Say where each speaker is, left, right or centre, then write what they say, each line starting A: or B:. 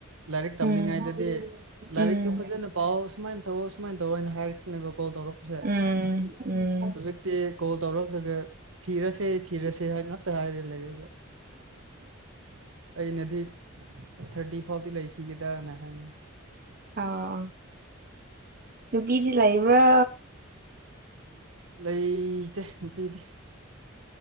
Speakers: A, on the right; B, on the right.
A: ꯂꯥꯏꯔꯤꯛ ꯇꯝꯂꯤꯉꯥꯏꯗꯗꯤ
B: ꯎꯝ ꯎꯝ
A: ꯂꯥꯏꯔꯤꯛꯇꯨ ꯐꯖꯅ ꯄꯥꯎ ꯁꯨꯃꯥꯏꯅ ꯇꯧꯑꯣ ꯁꯨꯃꯥꯏꯅ ꯇꯧ ꯍꯥꯏꯅ ꯍꯥꯏꯔꯛꯅꯦꯕ ꯀꯣꯜ ꯇꯧꯔꯛꯄꯁꯦ
B: ꯎꯝ ꯎꯝ
A: ꯍꯧꯖꯤꯛꯇꯤ ꯀꯣꯜ ꯇꯧꯔꯛꯂꯒ ꯊꯤꯔꯁꯦ ꯊꯤꯔꯁꯦ ꯍꯥꯏ ꯉꯇ ꯍꯥꯏꯔꯦ ꯂꯩꯔꯦꯕ ꯑꯩꯅꯗꯤ ꯊꯥꯔꯇꯤ ꯐꯥꯎꯗꯤ ꯂꯩꯈꯤꯒꯦꯗꯅ ꯍꯥꯏ
B: ꯑꯣ ꯅꯨꯄꯤꯗꯤ ꯂꯩꯕ꯭ꯔꯥ
A: ꯂꯩꯇꯦ ꯅꯨꯄꯤꯗꯤ